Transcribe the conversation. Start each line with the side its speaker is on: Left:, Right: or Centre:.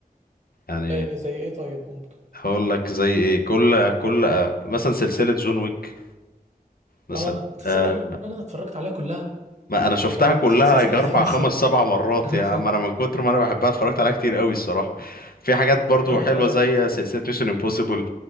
Left: يعني
Right: إيه زي ايه طيب ممكن
Left: هقول لك زي ايه كل كل آه، مثلا سلسله جون ويك مثلا
Right: اه انت تصدق
Left: آه،
Right: ان انا اتفرجت عليها كلها
Left: ما انا شفتها
Right: كانت
Left: كلها
Right: في سلسله
Left: يجي
Right: خطيره
Left: اربع
Right: الصراحه
Left: خمس سبع مرات
Right: <laughs>
Left: يا عم انا من كتر ما انا بحبها اتفرجت عليها كتير قوي الصراحه في حاجات برضو
Right: اه
Left: حلوه
Right: اه
Left: زي سلسله ميشن امبوسيبل